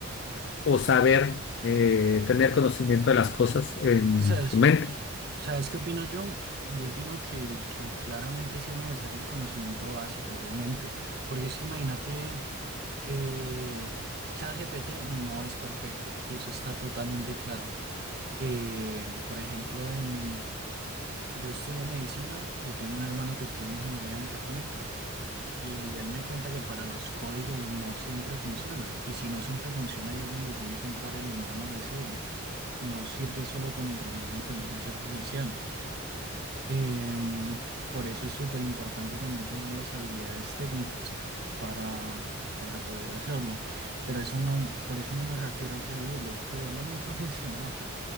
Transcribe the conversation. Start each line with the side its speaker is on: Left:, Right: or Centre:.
Left: o saber eh, tener conocimiento de las cosas en
Right: Quizás
Left: su mente.
Right: ¿Sabes qué opino yo? Yo opino que, que claramente sí es necesario el conocimiento básico, obviamente, porque es que imagínate, eh, ChatGPT no es perfecto y eso está totalmente claro. Eh, por ejemplo, en, yo estudio medicina y tengo un hermano que estudia ingeniería mecatrónica y él me cuenta que para los códigos no siempre funciona y si no siempre funciona ahí es donde tiene que entrar el humano a decirle, no sirve solo con entrenar la inteligencia artificial. Em, por eso es súper importante también tener las habilidades técnicas para, para poder hacerlo. Pero eso no, por eso no me refiero a prohibirlo. Prohibirlo nunca ha <laughs> funcionado.